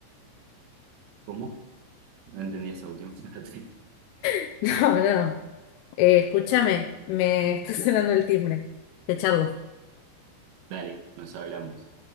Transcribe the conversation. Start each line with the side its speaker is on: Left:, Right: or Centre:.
Right: ¿Cómo? No entendí esa última <laughs> parte.
Left: <laughs> No, no. Eh, escúchame, me está sonando el timbre. Te charlo.
Right: Dale, nos hablamos.